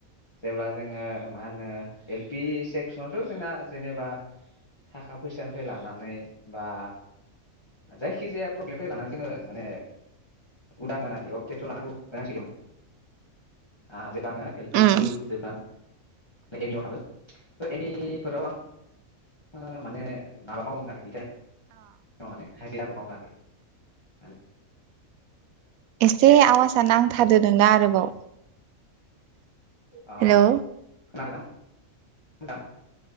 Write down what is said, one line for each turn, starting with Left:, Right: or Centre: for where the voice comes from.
Left: जेब्ला जोङो मा होनो एल-पि सेकसनावथ जोंना जेनेबा थाखा फैसानिफ्राय लानानै बा जायखि जाया प्रब्लेमनि लानानै जोङो माने उदांमोन आरोखि औ टेनसन लानांगौ गोनांथि गैयामोन आ जे आङो एल-पि स्कुल
Right: उम
Left: जोबनानै एम-इ आव हाबो। एनिफोराव आं ओ माने माबा मावोमोन आरो बे टाइमाव अ माने हाजिरा मावोमोन आरोखि आं।
Right: एसे आवाजआ नांथादो नोंना आरोबाव।
Left: अ
Right: हेलौ
Left: खोनादों? <unintelligible>